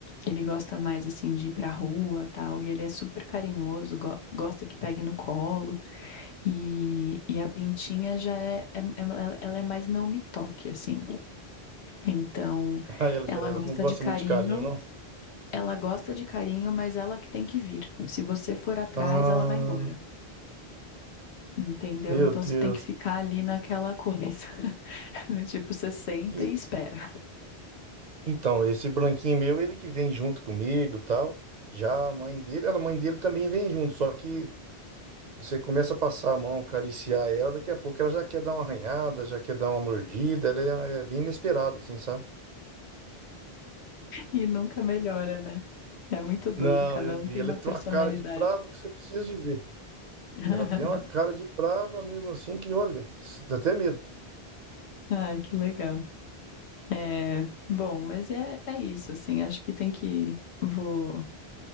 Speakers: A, on the left (about 90°); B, on the right (about 50°).
A: Ele gosta mais assim de ir pra rua, tal, e ele é super carinhoso, go- gosta que pegue no colo. E, e a pintinha já é, é- é- ela ela é mais não me toque assim. Então,
B: Ah, ela
A: ela
B: já
A: gosta
B: não gosta
A: de carinho,
B: muito de carinho, não?
A: Ela gosta de carinho, mas ela que tem que vir. Se você for atrás,
B: Ah,
A: ela vai embora. Entendeu?
B: meu
A: Então
B: Deus.
A: você tem que ficar ali naquela coisa. <laughs> Tipo, você senta
B: E-
A: e espera.
B: Então, esse branquinho meu, ele que vem junto comigo, tal. Já a mãe dele, ela, a mãe dele também vem junto, só que você começa a passar a mão, acariciar ela, daqui a pouco ela já quer dar uma arranhada, já quer dar uma mordida, ela é, é bem inesperada, assim, sabe?
A: E nunca melhora, né? É muito doido,
B: Não,
A: cada
B: eu-
A: um
B: e
A: tem
B: ela
A: uma
B: tem
A: personalidade.
B: uma cara de brava que você precisa de ver.
A: <laughs>
B: Ela tem uma cara de brava mesmo assim que, olha, dá até medo.
A: Ai, que legal. É, bom, mas é, é isso, assim, acho que tem que vou